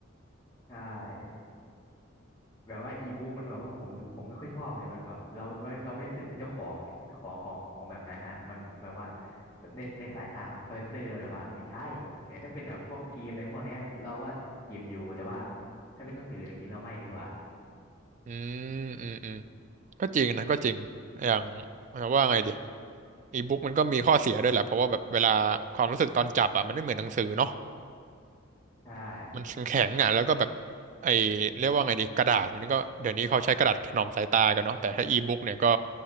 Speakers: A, on the left; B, on the right.
A: ใช่ แบบว่าอีบุ๊กมันแบบว่าผมผมไม่ค่อยชอบเลยมันแบบเราไม่เราไม่รู้สึกเป็นเจ้าของของของของแบบนั้นอ่ะมันแบบว่าในในสายตาคอลเลกเตอร์แบบว่าไม่ใช่แต่ถ้าเป็นแบบพวกเกมในพวกเนี้ยเราก็เก็บอยู่แต่ว่าถ้าเป็นหนังสืออย่างนี้เราไม่ดีกว่า
B: อืมอืมอืมก็จริงนะก็จริงอย่างว่าไงดีอีบุ๊กมันก็มีข้อเสียด้วยแหละเพราะว่าแบบเวลาความรู้สึกตอนจับอ่ะมันไม่เหมือนหนังสือเนาะ
A: ใช่
B: มันแข็งๆอ่ะแล้วก็แบบไอเรียกว่าไงดีกระดาษมันก็เดี๋ยวนี้เขาใช้กระดาษถนอมสายตากันเนาะแต่ถ้าอีบุ๊กเนี่ยก็